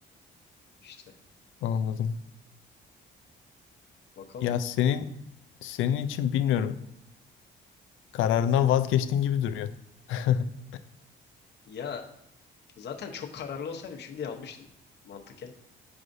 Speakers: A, on the left (about 60°); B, on the left (about 85°).
A: İşte
B: Anladım.
A: bakalım.
B: Ya senin senin için bilmiyorum. Kararından vazgeçtin gibi duruyor. <laughs>
A: Ya zaten çok kararlı olsaydım şimdi almıştım mantıken.